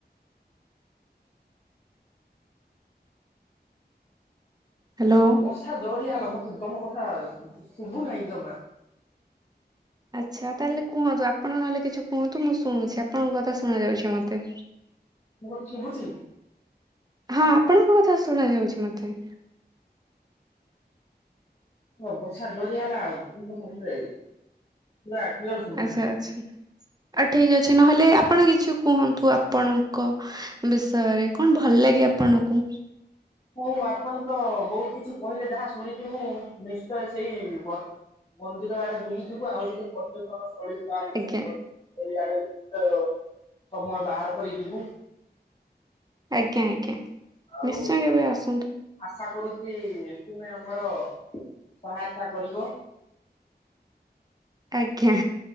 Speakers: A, on the right; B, on the left.
A: ହ୍ୟାଲୋ।
B: ବର୍ଷା ଯୋରିଆ ହେଲା,, ତମ କ ତମ କଥା ଶୁଭୁ ନାହିଁ ଜମା,,
A: ଆଚ୍ଛା ତାହେଲେ କୁହନ୍ତୁ ଆପଣଙ୍କ ନହେଲେ କିଛି କୁହନ୍ତୁ ମୁଁ ଶୁଣୁଛି ଆପଣଙ୍କ କଥା ଶୁଣା ଯାଉଛି ମତେ
B: ମୋ କଥା ଶୁଭୁଛି
A: ହଁ ଆପଣଙ୍କ କଥା ଶୁଣା ଯାଉଛି ମତେ
B: ହ ବର୍ଷା ଜୋରିଆ ହେଲା ଆଉ ତମ କଥା ମତେ ପୁରା କ୍ଳିଅର ଶୁଭୁନାହିଁ
A: ଆଚ୍ଛା ଆଚ୍ଛା। ଆ ଠିକ ଅଛି ନହେଲେ ଆପଣ କିଛି କୁହନ୍ତୁ ଆପଣଙ୍କ ବିଷୟରେ କଣ ଭଲ ଭଲ ଲାଗେ ଆପଣଙ୍କୁ
B: ହଉ ଆପଣ ତ ବହୁତ କିଛି କହିଲେ ଯାହା ଶୁଣିଛିି ମୁଁ ନିଶ୍ଚୟ ସେଇ ମନ୍ଦିର ଆଡେ ବୁଲିଯିବୁ ଆଉ ସେ ଜୋଉ ପର୍ଯ୍ୟଟନ ସ୍ଥଳୀ ଯୋଉା ଅଛି
A: ଆଜ୍ଞା
B: ସେ ପର୍ଯ୍ୟଟନ ସ୍ଥଳୀ ଆଡେ ଜିଵୁ ତ ସମୟ ବାହାର କରି ଯିବୁ
A: ଆଜ୍ଞା ଆଜ୍ଞା
B: ଆଉ
A: ନିଶ୍ଚୟ କେବେ ଆସ
B: ଆଶା କରୁଛି ତୁମେ ଆମର ସହାୟତା କରିବ
A: ଆଜ୍ଞା